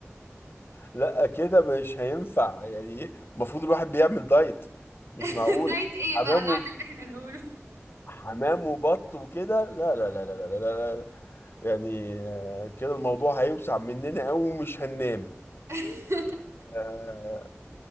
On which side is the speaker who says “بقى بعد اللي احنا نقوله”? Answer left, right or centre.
Right